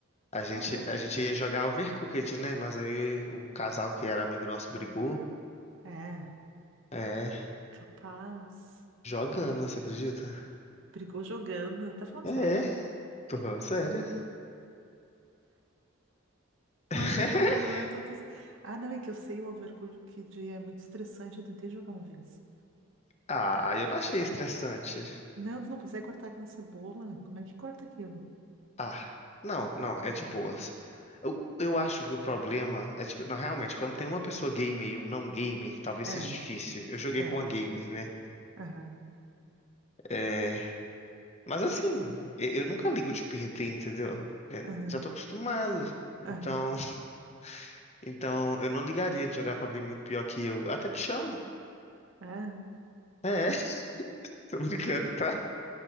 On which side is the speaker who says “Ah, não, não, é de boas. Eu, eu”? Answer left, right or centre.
Left